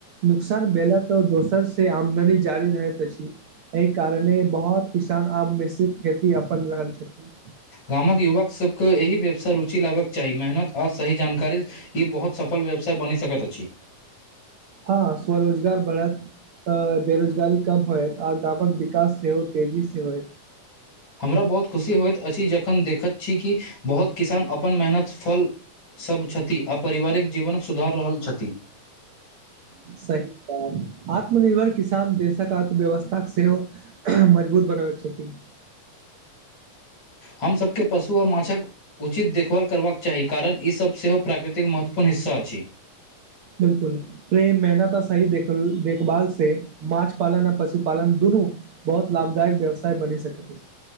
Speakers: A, on the right; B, on the left.
A: नुकसान भेला तऽ दोसर से आमदनी जारी रहैत अछि एहि कारणे बहुत किसान आब मिश्रित खेती अपना रहल छथिन
B: गामक युवक सभके एहि व्यवसाय रुचि लेबाक चाही मेहनत आ सही जानकारी ई बहुत सफल व्यवसाय बनी सकैत अछि
A: हँ स्वरोजगार बढ़त। तऽ बेरोजगारी कम होयत आ गामक विकास सेहो तेजी से होय
B: हमरा बहुत खुशी होइत अछि जखन देखैत छी कि बहुत किसान अपन मेहनत फल। सभ छथि आ पारिवारिक जीवनक सुधार रहल छथि
A: स <inaudible> आत्मनिर्भर किसान देशक अर्थव्यवस्थाक सेहो मजबूत बनाबैत छथि
B: हमसभके पशु आ माछक‌ उचित देखभाल करबाक चाही कारण ईसभ सेहो प्राकृतिक महत्वपूर्ण हिस्सा अछि
A: बिलकुल। प्रेम मेहनत आ सही देख देखभाल से माछ पालन आ पशुपालन दुनू। बहुत लाभदायक व्यवसाय बनी सकैत